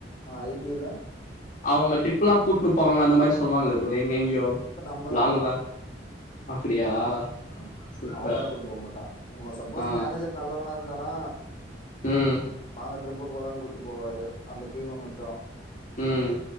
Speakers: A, on the left; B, on the left.
A: ஐ டி ல
B: அவ்ங்க ட்ரிப் எல்லா கூட்ன்போவாங்க அந்த மாரி சொன்னாங்ளே ப்ரோ எங் எங்யோ
A: நம்பதா
B: லாங்லா அப்டியா
A: ஆமா
B: சூப்பர்
A: அவ்ங்கள கூட்டு போ மாட்டாங்க உங்க சப்போஸ்
B: ஆ
A: மேனேஜர் நல்லவனா இருந்தானா
B: ம்
A: வாங்க ட்ரிப்பு போலான் கூட்டு போவாரு அந்த டீம மட்டு
B: ம்